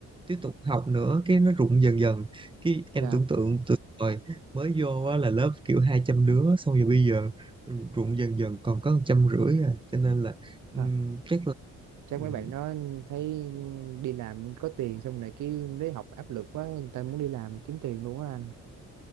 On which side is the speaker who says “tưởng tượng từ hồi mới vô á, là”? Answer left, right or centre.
Right